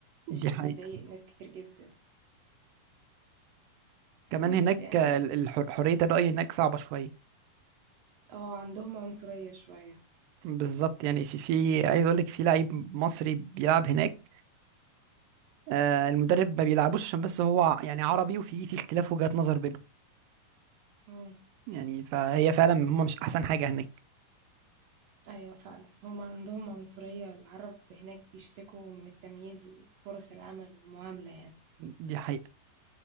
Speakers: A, on the right; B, on the right.
A: ده شيء
B: دي حقيقه
A: بيضايق ناس كتير جدا
B: كمان
A: خلاص
B: هناك
A: يعني
B: ال- الحر- حريه الراي هناك صعبه شويه
A: اه عندهم عنصرية شوية
B: بالظبط يعني في في عايز اقول لك في لعيب مصري بيلعب هناك آه المدرب ما بيلعبوش عشان بس هو ع- يعني عربي وفي في اختلاف وجهات نظر بينهم
A: مم.
B: يعني فهي فعلا هم مش احسن حاجه هناك
A: أيوة فعلا هم عندهم عنصرية العرب هناك بيشتكوا من التمييز وفرص العمل والمعاملة يعني
B: دي حقيقه